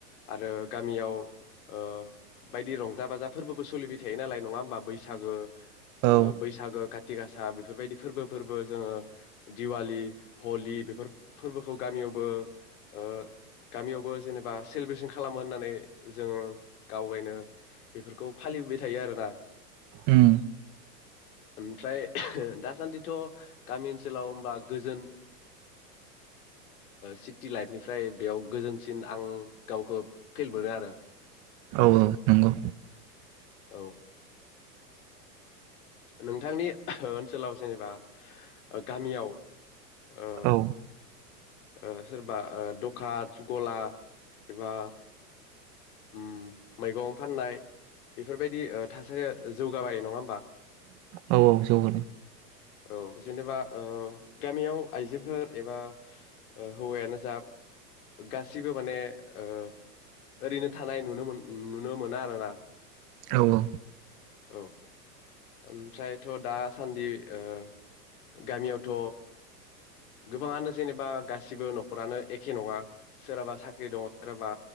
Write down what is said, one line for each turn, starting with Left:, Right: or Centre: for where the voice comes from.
Left: आरो गामियाव ओ बायदि रंजा बाजाफोरबोबो सोलिबाय थायो नालाय नङा होमबा बैसागो
Right: औ
Left: ओ बैसागो काथिगासा बेफोरबायदि फोरबो फोरबो जोङो दिवालि हलि बेफोर फोरबोखौ गामियावबो ओ गामियाव बो जेनेबा सेलिब्रेसन खालामो होननानै जोङो गावगायनो बेफोरखौ फालिबोबाय थायो आरोना
Right: उम
Left: ओमफ्राय दासान्दिथ' गामि ओनसोलाव होनबा गोजोन सिटि लाइफनिफ्राय बेयाव गोजोन सिन आं गावखौ फिल मोनो आरो
Right: औ औ नंगौ
Left: औ नोंथांनि ओनसोलाव जेनेबा ओ गामियाव ओ
Right: औ
Left: ओ सोरबा ओ दखान गला एबा उम मैगं फाननाय बेफोरबायदि ओ थासारिया जौगाबाय नङा होमबा
Right: औ औ जौगादों
Left: औ जेनेबा ओ गामियाव आइजोफोर एबा ओ हौवायानो जा गासिबो माने ओ ओरैनो थानाय नुनो मोन ओ नुनो मोना आरोना
Right: औ औ
Left: औ ओमफ्रायथ' दासान्दि ओ गामियावथ' गोबाङानो जेनेबा गासिबो न'खरानो एखे नङा सोरहाबा साख्रि दङ सोरहाबा